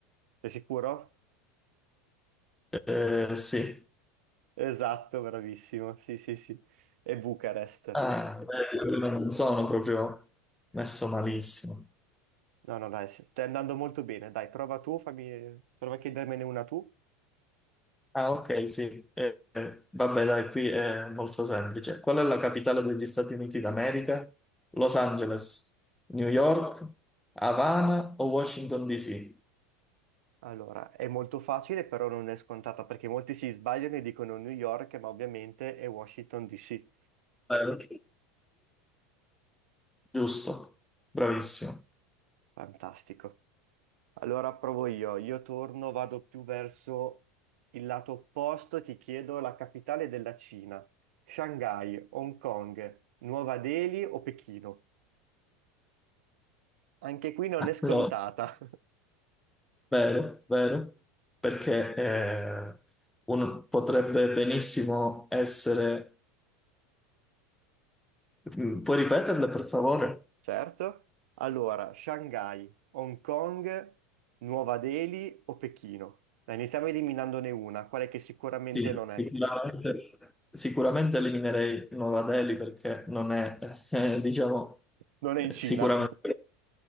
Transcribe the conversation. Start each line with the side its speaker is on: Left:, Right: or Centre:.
Right: Sei sicuro?
Centre: Eh, sì.
Right: Esatto, bravissimo. Sì, sì, sì. E Bucarest.
Centre: Ah, beh, non sono proprio messo malissimo.
Right: No, no, dai, sì, stai andando molto bene. Dai, prova tu, fammi... prova a chiedermene una tu.
Centre: Ah, ok, sì. Eh, eh, vabbè, dai, qui è molto semplice. Qual è la capitale degli Stati Uniti d'America? Los Angeles, New York, Havana o Washington DC?
Right: Allora, è molto facile, però non è scontata, perché molti si sbagliano e dicono New York, ma ovviamente è Washington DC.
Centre: Vero? Giusto, bravissimo.
Right: Fantastico. Allora provo io. Io torno, vado più verso il lato opposto, ti chiedo la capitale della Cina. Shanghai, Hong Kong, Nuova Delhi o Pechino? Anche qui non è scontata.
Centre: Allora, vero, vero, perché eh, un- potrebbe benissimo essere... Mm, Puoi ripeterle, per favore?
Right: Certo. Allora, Shanghai, Hong Kong, Nuova Delhi o Pechino? Dai, iniziamo eliminandone una, quale che sicuramente
Centre: Sì,
Right: non è.
Centre: sicuramente, sicuramente eliminerei Nuova Delhi perché non è, <laughs> eh, diciamo,
Right: Non è
Centre: eh,
Right: in Cina.
Centre: sicuramente.